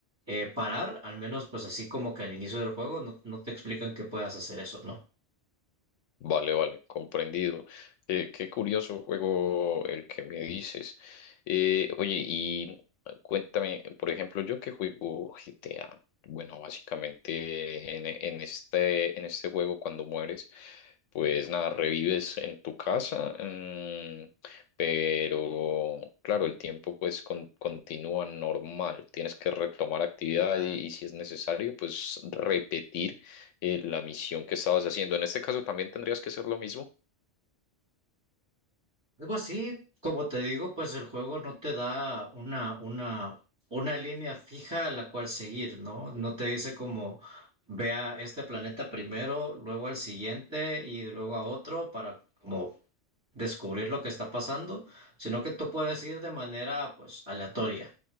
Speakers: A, on the right; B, on the left.
A: eh, parar, al menos pues así como que al inicio del juego no, no te explican que puedas hacer eso, ¿no?
B: Vale, vale, comprendido. Eh, qué curioso juego el que me dices. Eh, oye, y cuéntame, por ejemplo, yo que juego GTA. Bueno, básicamente en, en este, en este juego cuando mueres, pues nada, revives en tu casa, mm, pero claro, el tiempo pues con- continúa normal. Tienes que retomar actividad y, y si es necesario, pues repetir eh, la misión que estabas haciendo. En este caso también tendrías que hacer lo mismo.
A: Algo así, como te digo, pues el juego no te da una, una, una línea fija a la cual seguir, ¿no? No te dice como ve a este planeta primero, luego al siguiente y luego a otro para como descubrir lo que está pasando, sino que tú puedes ir de manera pues aleatoria.